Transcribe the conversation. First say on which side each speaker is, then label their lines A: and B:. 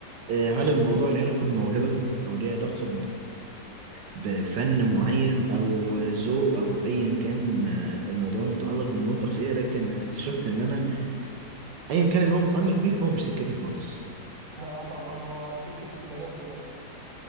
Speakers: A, on the right (about 70°); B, on the right (about 40°).
A: آه، هل الموضوع ليه علاقة بموهبة أو ليه علاقة بفن معين او ذوق او ايا كان آه، الموضوع المتعلق بالمطبخ ايه لكن انا اكتشفت ان انا ايا كان اللي هو متعلق بيه فهو مش سكتي خالص
B: اه طبعا هو سكة البنات وكده